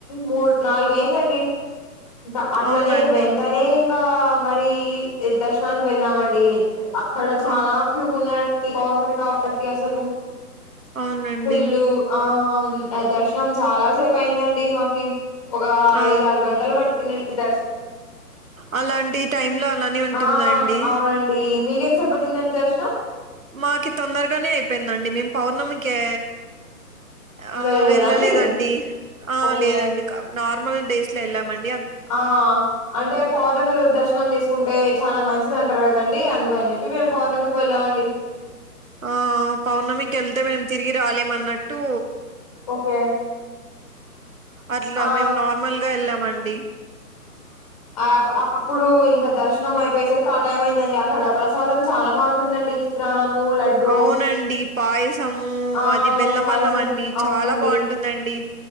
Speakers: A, on the left; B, on the right.
A: మూడు నాలుగు అయిందండి. <inaudible> ఇంకా అట్లనే
B: అవునండి
A: వెంటనే ఇంకా మరి దర్శనానికి వెళ్ళామండి అక్కడ చానా
B: ఆ
A: క్యూ ఉన్నారండి పౌర్ణమి కాబట్టి అసలు
B: అవునండి
A: ఫుల్లు ఆ దర్శనం చాలా సేపు అయిందండి మాకి ఒక
B: ఆ
A: ఐద ఆరు గంటలు పట్టి
B: అలాంటి టైమ్ లో అలానే ఉంటుందండి
A: ఆ అవునండి మీ ఎంతసేపు పట్టిందండి దర్శనం
B: మాకి తొందరగానే అయిపోయిందండి మేము పౌర్ణమికె ఆ
A: వెళ్ళలేదా
B: వెళ్ళలేదండి
A: అండి
B: ఆ
A: ఓకే
B: లేదండి నార్మల్ డేస్ లో వెళ్ళామండి
A: ఆ అంటే పౌర్ణమి రోజు దర్శనం చేసుకుంటే చాలా మంచిది అంటారు కదండి అందు అని చెప్పి మేము పౌర్ణమికి వెళ్ళామండి
B: ఆ పౌర్ణమికి వెళ్తే మేము తిరిగి రాలేమన్నట్టు
A: ఓకే
B: అట్లా
A: ఆ
B: మేము నార్మల్గా వెళ్ళామండి
A: ఆ అప్పుడు ఇంకా దర్శ నం అయిపోయేసరికి ఆ టైం అయిందండి అక్కడ ప్రసాదం చానా బాగుంటుందండి త్రానము లడ్డూ
B: అవునండి. పాయసము
A: ఆ
B: అది బెల్లమన్నం
A: పాయసం
B: అండి.
A: అవునండి
B: చాలా బావుంటుందండి.